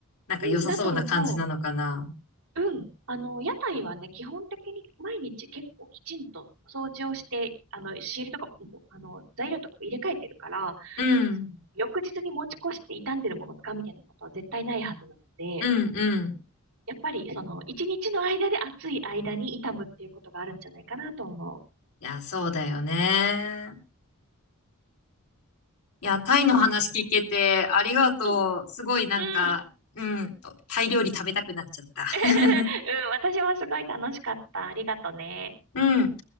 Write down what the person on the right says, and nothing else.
う。うん、だと思う。うん。あの、屋台はね、基本的に毎日結構きちんと掃除をして、あの、仕入れとかも、あの、材料とかも入れ替えてるから、
その翌日に持ち越して傷んでるもの使うみたいなことは絶対ないはずなので、
やっぱりその、一日の間で暑い間に傷むっていうことがあるんじゃないかなと思う。
そう、暑い。うん。
うん。
<laughs> うん、
<laughs> 私もすごい楽しかった。ありがとね。